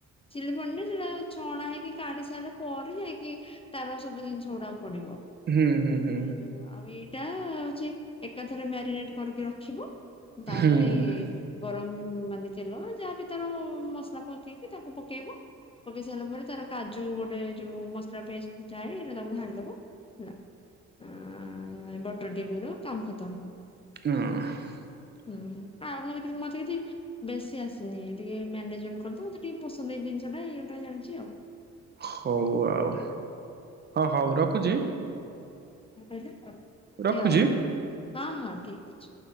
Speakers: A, on the left; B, on the right.
A: ଚିଲି ପନିନ୍ ରେ ଛଣା ହେଇକି କାଢି ସାରିଲା ପରେ ଯାଇକି ତାର ସବୁ ଜିନିଷ ଗୁଡା ପଡିବ
B: ହୁଁ ହୁଁ ହୁଁ
A: ହଁ ଯୋଉ ଆଉ ଏଇ ଟା ହଉଚି ଏକାଥରେ ମ୍ୟାରିନେଟ୍ କରିକି ରଖିବ। ତାପରେଏ
B: ହୁଁ ହୁଁ
A: ଗରମ ମାନେ ତେଲ ଯାହା ବି ତାରଅ ମସଲା ପକେଇ ତାକୁ ପକେଇବୁ ପକେଇ ସାଇଲା ପରେ ତାର କାଜୁ ଗୋଟେ ଯୋଉ ମସଲା ପେଷ୍ଟ ଯାଏ। ସେଇଟା ତାକୁ ଧାଳିଦବ ହେଲା। ଆଁ ବଟର ଟିକେ ପକେଇ ଦବ କାମ୍ ଖତମ୍।
B: <inaudible>
A: ହୁଁ ଆଉ ମତେ କିଛି ମତେ କିଛି ବେଶୀ ଆସିନି ଟିକେ ମ୍ୟାନେଜମେଣ୍ଟ କରି ଦବୁ। ଟି ପସନ୍ଦ ଏଇ ଜିନିଷ ଟା ଏଇଗୋଟା ଜାଣିଚି ଆଉ।
B: ହଉ ଆଉ। ହଉ ରଖୁଚି।
A: କଅଁ କହିଲେ? ଅଛି
B: ରଖୁଚି।
A: ଆଉ ହଁ ହଁ। ଠିକ୍ ଅଛି।